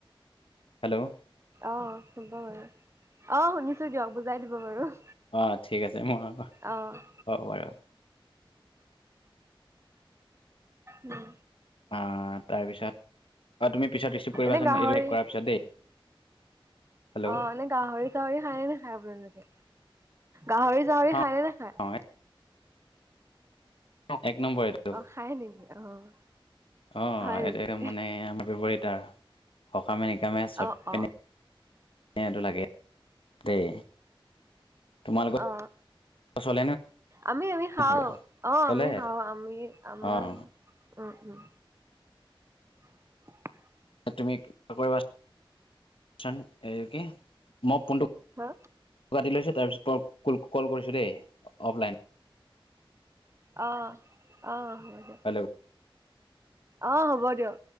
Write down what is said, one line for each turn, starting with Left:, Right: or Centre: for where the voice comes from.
Left: হেল্ল'
Right: অ' শুব বাৰু। অ' শুনিছোঁ দিয়ক। বুজাই দিব বাৰু।
Left: অ' ঠিক আছে মই,
Right: অ'।
Left: হ'ব বাৰু।
Right: উম।
Left: অ' তাৰপিছত। আৰু তুমি পিছত ৰিচিভ কৰিবাচোন,
Right: এনে গাহৰি
Left: এইটো শেষ কৰাৰ পিছত দেই। হেল্ল'
Right: অ' এনে গাহৰি-চাহৰি খাই নে নেখায় আপোনালোকে? গাহৰি-চাহৰি
Left: অঁ
Right: খায় নে নাখায়?
Left: অঁ এক নম্বৰ এইটো।
Right: অ খায় নেকি? অ'।
Left: অ'
Right: হয় নেকি?
Left: ইতে মানে আমাৰ ব্যৱহাৰিতা সকামে-নিকামে চব
Right: অ
Left: পিনে
Right: অ
Left: <inaudible> টো লাগে দেই। তোমালোকৰ
Right: অ
Left: <inaudible>
Right: আমি - আমি খাওঁ।
Left: নচলে
Right: অ'
Left: চলে
Right: আমি খাওঁ। আমি আমা
Left: অঁ
Right: উম - উম। <unintelligible>
Left: তুমি <inaudible> কৰিবা <inaudible> চোন। এই কি মই ফোনটো
Right: হা?
Left: কাটি লৈছোঁ, তাৰপিছত ক- কল কৰিছোঁ দেই। অফলাইন
Right: অ', অ'। হ'ব দিয়ক
Left: হেল্ল'?
Right: অ' হ'ব দিয়ক।